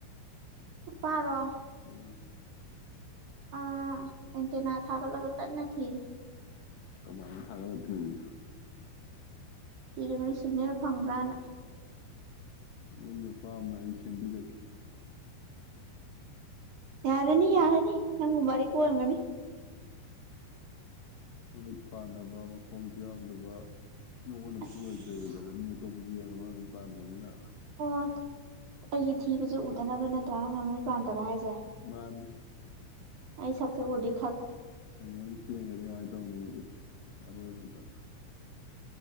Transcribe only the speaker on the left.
ꯎꯝ
ꯀꯃꯥꯏꯅ ꯊꯥꯒꯠ ꯂꯥꯛꯇꯧꯔꯤꯕ
ꯅꯪ ꯅꯨꯄꯥ ꯑꯃ ꯑꯩꯟ ꯁꯦꯝꯕꯤꯔꯒꯦ
ꯃꯃꯤꯠ ꯄꯥꯟꯗꯕ ꯃꯈꯣꯡꯁꯨ ꯌꯥꯎꯗꯕ ꯅꯉꯣꯟꯗ
ꯐꯨꯔꯣꯏ ꯆꯩꯔꯣꯏꯗꯕ ꯃꯤ ꯑꯇꯣꯞꯄꯖꯨ ꯌꯦꯡꯉ ꯂꯣꯏ ꯃꯤꯠ ꯄꯥꯟꯗꯝꯅꯤꯅ
ꯃꯥꯅꯤ
ꯍꯪꯒꯅꯤ ꯆꯦꯟꯒꯔꯗꯤ ꯀꯃꯥꯏ ꯇꯧꯅꯤ ꯏꯁ ꯑꯔꯣꯏꯕꯗ